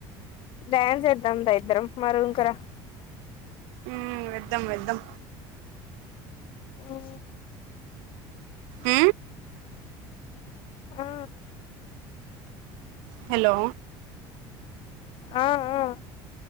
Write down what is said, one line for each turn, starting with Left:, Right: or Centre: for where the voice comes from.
Left: డ్యాన్స్ చేద్దాందా ఇద్దరం మరి ఇంకరా
Right: ఉ వెద్దం వెద్దం
Left: ఓ
Right: అ
Left: ఆ
Right: హలో
Left: ఆ ఆ